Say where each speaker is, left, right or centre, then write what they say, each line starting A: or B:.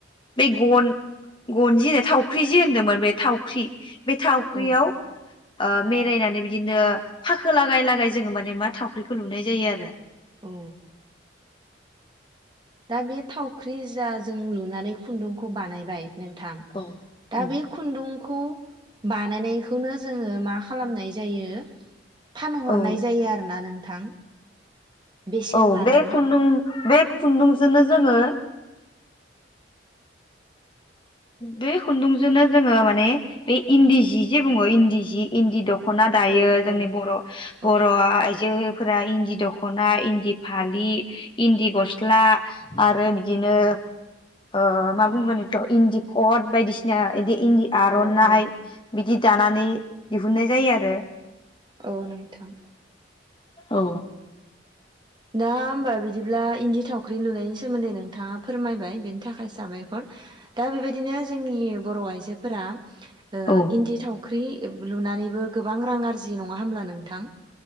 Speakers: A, on the left; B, on the right.
A: बे गन गन जि होनो थावख्रि जे होनदोंमोन बे थावख्रि बे थावख्रियाव
B: औ
A: ओ मेरायनानै बिदिनो फाखो लागाय लागाय जोङो माने मा थावख्रिखौ लुनाय जायो आरो।
B: औ दा बे थावख्रि जा जों लुनानै खुन्दुंखौ बानायबाय नोंथां
A: औ
B: दा
A: उम
B: बे खुन्दुं खौ बानायनायखौनो जोङो मा खालामनाय जायो फानहरनाय
A: औ
B: जायो आरोना नोंथां। बेसेन
A: औ
B: लानानै
A: बे खुन्दुं बे खुन्दुंजोंनो जोङो बे खुन्दुंजोंनो जोङो माने बे इन्दि जि जे बुङो इन्दि जि इन्दि दख ख'ना दायो
B: औ
A: जोंनि
B: औ
A: बर'
B: औ
A: बर' आइजोफोरा इन्दि दख'ना इन्दि फालि इन्दि गस्ला आरो बिदिनो ओ मा बुंगोनथ' इन्दि कट बायदिसिना इदि इन्दि आर'नाइ
B: औ औ
A: बिदि दानानै दिहुननाय जायो आरो
B: औ नोंथां।
A: औ
B: दा हमबा बिदिब्ला इन्दि थावख्रि लुनायनि सोमोन्दै नोंथाङा फोरमायबाय बेनि थाखाय साबायखर दा बेबायदिनो जोंनि बर' आइजोफोरा ओ
A: औ
B: इन्दि थाव थावख्रि लुनानैबो गोबां रां आरजियो नङा होमब्ला नोंथां